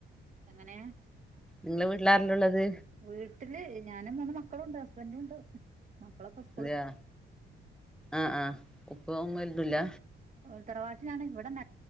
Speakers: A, on the right (about 40°); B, in the centre.
A: എങ്ങനെ
B: നിങ്ങളെ വീട്ടിലാരില്ലാം ഒള്ളത്
A: വീട്ടില് ഞാനും മൂന്ന് മക്കളുണ്ട് ഹസ്ബന്റും ഉണ്ട് മക്കളൊക്കെ സ്കൂ-
B: അതയാ ആഹ് ആഹ് ഉപ്പോ ഉമ്മ ഒന്നില്ല
A: ഒര് തറവാട്ടിലാണ് ഇവിടെ നാ -